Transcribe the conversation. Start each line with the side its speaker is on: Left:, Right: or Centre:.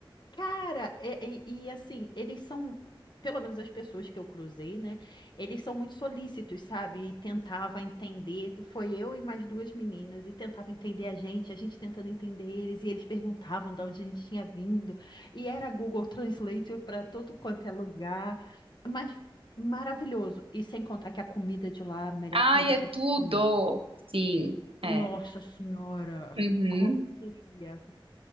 Left: Cara, e, e- e, assim, eles são, pelo menos as pessoas que eu cruzei, né? Eles são muito solícitos, sabe? E tentava entender. Foi eu e mais duas meninas, e tentava entender a gente, a gente tentando entender eles, e eles perguntavam de onde a gente tinha vindo. E era Google Translate para todo quanto é lugar. Mas maravilhoso. E sem contar que a comida de lá, a melhor
Right: Ai,
Left: comida
Right: é
Left: que eu
Right: tudo!
Left: comi.
Right: Sim, é.
Left: Nossa Senhora,
Right: Uhum,
Left: como eu queria.